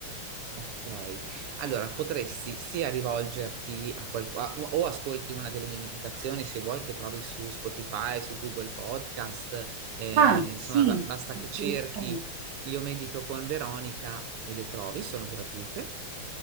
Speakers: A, on the right; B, on the right.
A: Ok, allora potresti sia rivolgerti a qualcuno o ascolti una delle mie meditazioni se vuoi che trovi su Spotify, su Google Podcast, eh,
B: Ah,
A: insomma
B: sì,
A: ba- basta
B: interessante.
A: che cerchi Io medito con Veronica e le trovi, sono gratuite,